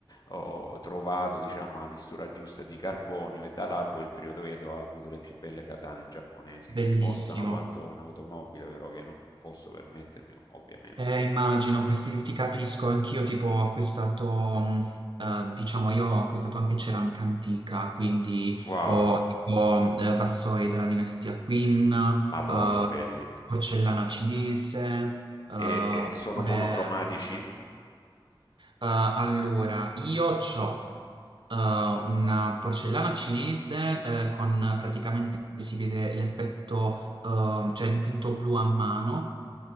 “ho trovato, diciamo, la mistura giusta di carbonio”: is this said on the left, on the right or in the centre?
Left